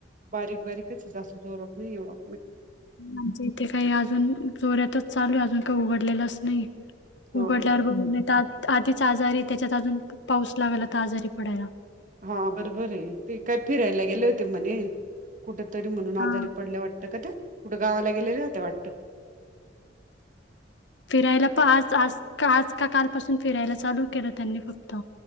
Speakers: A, on the right; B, on the left.
A: बारीक बारीकच जास्त जोरत नाही एवढं,
B: आमच्या इथे काही अजून जोऱ्यातच चालू आहे. अजून काही उघडलेलंच नाही.
A: हो
B: उघडल्यावर
A: का
B: बघ नाहीेता आधीच आजारी त्याच्यात अजून पाऊस लावायला तर आजारी पडायला.
A: हा बरोबर आहे ते काय फिरायला गेले होते म्हणे कुठ तरी म्हणून
B: हां.
A: आजारी पडल्या वाट का ते कुठं गावाला गेलेले ते वाटत.
B: फिरायला प आज आज आज का कालपासून फिरायला चालू केलं त्यांनी फक्त.